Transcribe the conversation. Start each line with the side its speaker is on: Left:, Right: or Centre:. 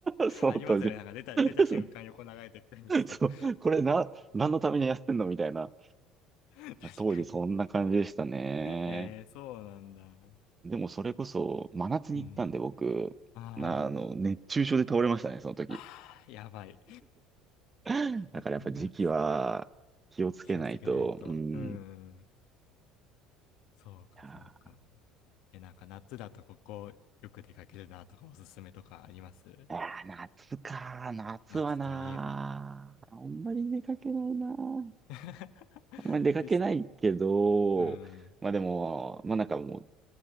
Right: <laughs> その当時。
Left: ありますよね。なんか出た、
Right: <laughs>
Left: 出た瞬間横流れてくるミスト。
Right: そう、
Left: <laughs>
Right: これな、何のためにやってんのみたいな。
Left: 確かに。
Right: 当時そんな感じでしたね。
Left: えー、そうなんだ。
Right: でもそれこそ、真夏に行ったんで僕、
Left: うん。あー
Right: あの、熱中症で倒れましたね、その時。
Left: あー、やばい。
Right: <laughs> だからやっぱ時期は気をつけないと、
Left: 夏、気をつけないと。
Right: うん。
Left: うん。
Right: い
Left: そうか、
Right: やー
Left: そうか。え、なんか夏だとここよく出かけるなとかおすすめとかあります
Right: いやー、夏か。夏はなー。
Left: 夏といえば。
Right: あんまり出かけないなー。
Left: <laughs>
Right: あんまり出かけないけど、
Left: 暑いっすもんね。うん、
Right: まあでも、まあなんかもう、